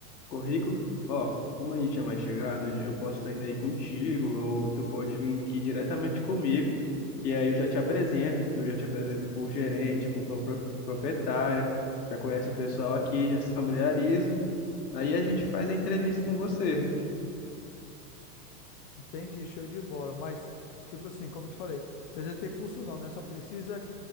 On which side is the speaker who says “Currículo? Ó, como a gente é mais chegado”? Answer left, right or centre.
Left